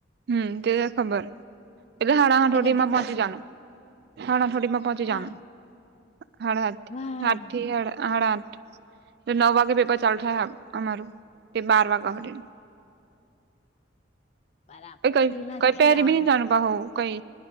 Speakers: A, on the right; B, on the left.
A: હમ તે તો ખબર એટલે હાડા હાઠોડીમાં
B: બધી
A: પહંચી
B: પ્રોસેસ
A: જાનું હાણા થોડી મે પહંચી
B: હા
A: જાણા હાડાા
B: ભાઈ
A: હા ઠી હ આડા આઠ જો નવ વાગે પેપર ચાલુ થાય અમારું તે બાર વાગ્યા હો
B: બરાબર
A: કઈ ક
B: ઢીલા
A: કહી
B: થઈ
A: પહેારી
B: જવાના
A: ન જાણ પા હું કઈ